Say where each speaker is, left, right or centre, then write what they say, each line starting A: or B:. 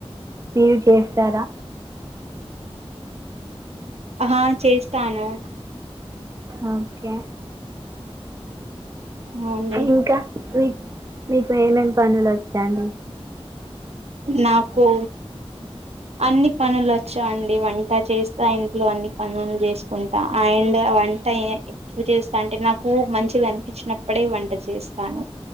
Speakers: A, on the right (about 30°); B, on the right (about 80°).
A: మీరు చేస్తారా
B: ఆ చేస్తాను
A: ఓకే
B: అవునండి
A: ఇంకా మీ మీకు ఏమేం పనుల చాడి
B: నాకు అన్ని పనులు వచ్చావుండి వంట చేస్తా ఇంట్లో అన్ని పనులు చేసుకుంటా ఆండ్ వంట ఎక్కువ చేస్తా అంటే నాకు మంచిది అనిపించినప్పుడే వంట చేస్తా